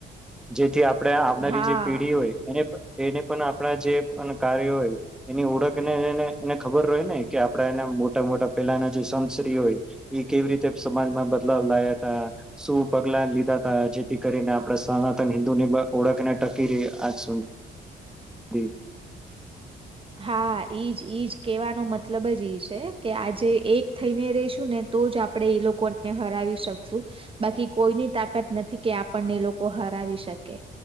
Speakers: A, in the centre; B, on the right.
A: જેથી આ આપડે આવનારી
B: હા
A: જે પેઢી હોય એને એને પણ આપણા જે કાર્યો હોય એની ઓળખને એને એને ખબર હોય ને કે આપડા એના મોટા મોટા પેલાના જે સંશ્રી હોય એ કેવી રીતે સમાજમાં બદલાવ લાયા તા શું પગલા લીધા ત જેથી કરીને આપડા સનાતન હિન્દુને ઓડકનેટ કે ર આજ શો જ
B: હા ઈજ ઈજ કેવાનો મતલબ જ ઈ છે કે આજે એક થઈને રશું ને તો જ આપણે એ લોકોને હરાવી શકશું બાકી કોઈની તાકાત નથી કે આપણને એ લોકો હરાવી શકે